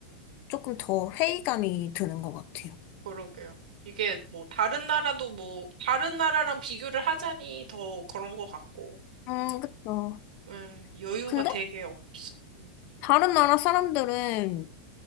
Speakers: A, on the left (about 50°); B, on the right (about 80°).
A: 조금 더 회의감이 드는 것 같아요.
B: 그러게요. 이게 뭐, 다른 나라도 뭐, 다른 나라랑 비교를 하자니 더 그런 것 같고,
A: 음, 그쵸.
B: 음, 여유가
A: 근데
B: 되게 없어. 음.
A: 다른 나라 사람들은,